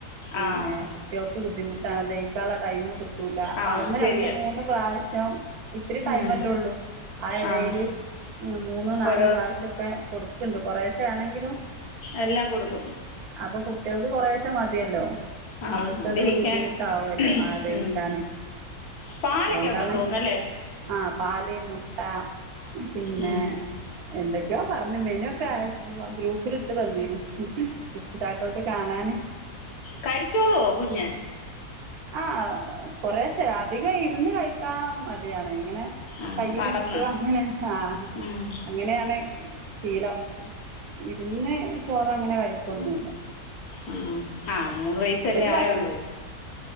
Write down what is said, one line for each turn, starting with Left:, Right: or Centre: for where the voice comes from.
Right: പിന്നെ
Left: ആഹ്
Right: കുട്ട്യൾക്ക് ബുദ്ധിമുട്ടാണ് ദഹിക്കാനുള്ള ടൈമി കി കിട്ടൂല
Left: ആഹ്
Right: അവിടുന്ന്
Left: അത് ശരിയാ
Right: രണ്ട് മൂന്ന് പ്രാവശ്യം ഇത്തിരി ടൈമല്ലേള്ളൂ
Left: ഉം
Right: ആ ഇടയില്
Left: ആഹ്
Right: മൂന്നു നാലു
Left: ഓരോ
Right: പ്രാവശ്യമൊക്കെ കൊടുക്കണ്ട് കൊറെേശ ആണെങ്കിലും
Left: എല്ലാം കൊടുക്കും
Right: അപ്പോൾ കുട്ടികൾക്ക് കുറേശൈ മതിയല്ലോ
Left: ആഹ്
Right: അവർക്കത്
Left: ദഹിക്കാന്
Right: ബുദ്ധിമുട്ടാവല്ലോ ആ ദഹിക്കാന്
Left: ഉം പാലൊക്കെ
Right: അതുകൊണ്ടാണ്
Left: ഉണ്ടെന്ന് തോന്നുന്നല്ലേ
Right: ആഹ് പാല് മുട്ട പിന്നെ
Left: ഉം
Right: എന്തൊക്കെയോ പറഞ്ഞ മേനൊക്കെ ഗ്രൂപ്പിലിട്ട് തന്നീനു രക്ഷിതാക്കൾക്ക് കാണാന്
Left: കഴിച്ചോളോ കുഞ്ഞ്
Right: ആ കൊറെശെ അധികം ഇരുന്ന് കഴിക്കാൻ മടിയാണ് ഇങ്ങനെ
Left: ആഹ്
Right: കയ്യിൽ
Left: നടന്ന്
Right: പിടിച്ച് അങ്ങനെ ആഹ്
Left: ഉം
Right: അങ്ങനെയാണ് ശീലം ഇരുന്ന് ചോറ് അങ്ങനെ കഴിക്കൊന്നുമല്ല
Left: ആ ആഹ് മൂന്ന് വയസ്സല്ലേ
Right: ഭക്ഷ
Left: ആയുള്ളൂ